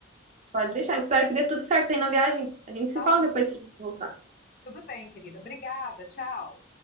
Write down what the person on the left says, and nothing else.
Tá?
Tudo bem, querida. Obrigada. Tchau.